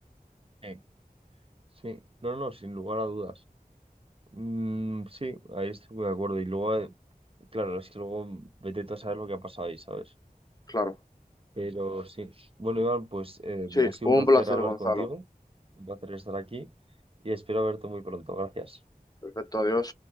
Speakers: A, on the right; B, on the left.
A: Eh, Sí, no, no, sin lugar a dudas. Mm, sí, ahí estoy muy de acuerdo. Y luego, eh, claro, es que luego vete tú a saber lo que ha pasado ahí, ¿sabes?
B: Claro.
A: Pero sí. Bueno, Iván, pues eh,
B: Sí,
A: ha sido
B: un
A: un placer
B: placer,
A: hablar
B: Gonzalo.
A: contigo, un placer estar aquí y espero verte muy pronto. Gracias.
B: Perfecto, adiós.